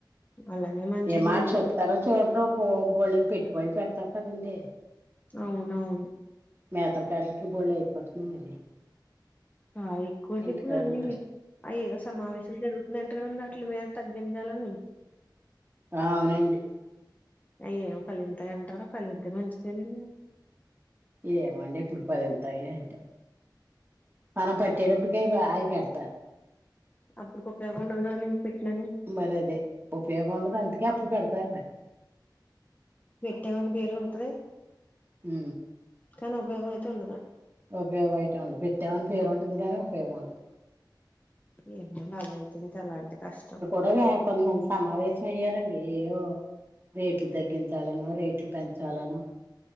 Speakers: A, on the left (about 20°); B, on the right (about 30°).
A: అలాగే మంచిదిలేండి
B: ఏ మల్ చూ తర చోర బళ్ళని పెట్టుబడులు పెడతామ్ కదండీ
A: అవునవును
B: మేతకి వాటికి బోలేడు ఇయిపోతుంది మరి
A: ఆ ఎక్కువ
B: ఇంటికాడ
A: చెప్పుడు అన్నీ
B: ఉంటా
A: ఆ ఏదొ సమావేశం జరుగు ఇంటకనేంది అట్లు మీరు తగ్గించాలని
B: ఆ అవునండి
A: అయ్య ఏం ఫలింత అంటారో ఫలింతే మంచి తెలి
B: ఏమండి ఇప్పుడు పరి ఎంతాయి అంటే మనం పట్టేటప్పుడు కై ఆయికేడతారు
A: అప్పుడు ఉపయోగం ఉండదు కదండీ ఇంకా పెట్టినాని
B: మరి అదే ఉపయోగం ఉండదు అందుకే అప్పు పెడతారు మరి
A: పెట్టామని పేరు ఉంతరి
B: ఉ
A: కనీ ఉపయోగమైతే ఉండదు
B: ఉపయోగమైతే ఉండదు పెట్టామని పేరు ఉంటుదిగానే ఉపయోగం ఉండదు
A: ఏంటో నా లైఫ్ అయితుంది అలాంటి కష్టం
B: ఇగ కొంతమంది సమావేశం అయ్యారండి ఏవో రేట్లు తగ్గించాలనొ రేట్లు పెంచాలనో